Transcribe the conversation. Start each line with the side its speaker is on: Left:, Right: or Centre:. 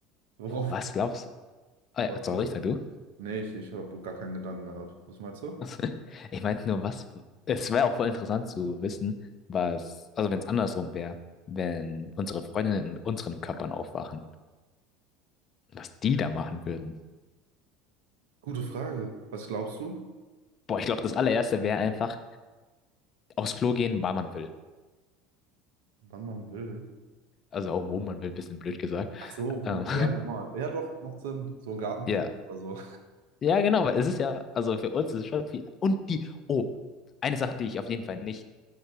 Right: Worauf?
Left: was glaubst du? Ah, ja,
Right: Was
Left: sorry,
Right: meinst du?
Left: sag du.
Right: Nee, ich, ich habe gar keinen Gedanken gehabt. Was meinst du?
Left: <laughs> Ich meinte nur, was. Es wäre auch voll interessant zu wissen, was. Also, wenn es andersrum wäre, wenn unsere Freundinnen in unseren Körpern aufwachen, was die da machen würden.
Right: Gute Frage. Was glaubst du?
Left: Boah, ich glaube, das allererste wäre einfach aufs Klo gehen, wann man will.
Right: Wann man will.
Left: Also, auch wo man will, bisschen blöd gesagt.
Right: Ach so, wo
Left: Ähm,
Right: man, ja, normal. Ja, doch, macht Sinn. So ein Gartenpicknick
Left: <laughs> ja.
Right: oder so.
Left: Ja, genau, weil es ist ja. Also, für uns ist es schon viel. Und die. Oh, eine Sache, die ich auf jeden Fall nicht.